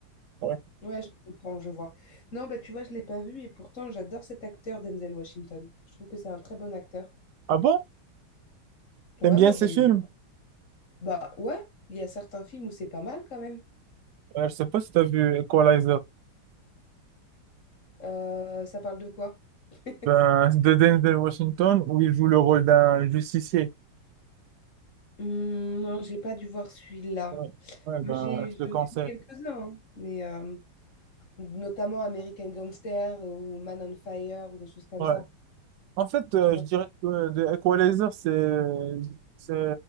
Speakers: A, on the right; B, on the left.
A: Ouais.
B: Ouais, je comprends, je vois. Non, bah tu vois, je l'ai pas vu et pourtant j'adore cet acteur Denzel Washington. Je trouve que c'est un très bon acteur.
A: Ah bon? T'aimes
B: Ouais,
A: bien
B: moi
A: ces
B: j'aime
A: films?
B: bien. Bah ouais, il y a certains films où c'est pas mal quand même.
A: Euh, je sais pas si t'as vu Equalizer,
B: Euh, ça parle de quoi? <laughs>
A: ben, de Denzel Washington, où il joue le rôle d'un justicier.
B: Hmm, non, j'ai pas dû voir celui-là.
A: Ouais, ouais
B: Moi
A: ben,
B: j'ai
A: je
B: j'en
A: le conseille.
B: ai vu quelques-uns, hein, mais euh, notamment American Gangster ou Man on Fire ou des choses comme
A: Ouais.
B: ça.
A: En fait, euh,
B: Tu vois?
A: je dirais que euh, The Equalizer, c'est c'est